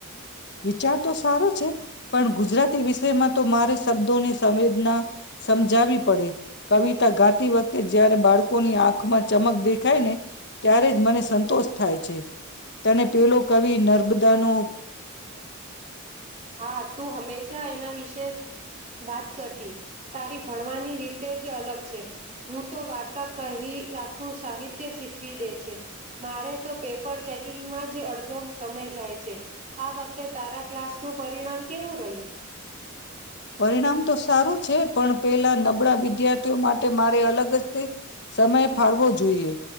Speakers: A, on the left (about 55°); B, on the right (about 35°).
A: વિચાર તો સારો છે પણ ગુજરાતી વિશ તેમાં તો મારે શબ્દોની સંવેદના સમજાવી પડે કવિતા ગાતી વખતે જયારે બાળકોની આંખ માં ચમક દેખાય ને ત્યારે જ મને સંતોષ થાય છે. તેને પેલો કવિ નર બધાનું
B: હા, તું હંમેશા એના વિશે વાત કરતી. તારી ભણવાની રીતે જ અલગ છે. હું તો વાર્તા કહી આખું સાહિત્ય શીખવી દે છે. મારે તો પેપર ચેકિંગમાં જ અડધો સમય જાય છે. આ વખતે તારા ક્લાસ નું પરિણામ કેવું રહ્યું?
A: પરિણામ તો સારું છે પણ પેલા નબળા વિદ્યાર્થીઓ માટે મારે અલગ જ તે સમય ફાળવો જોઈએ.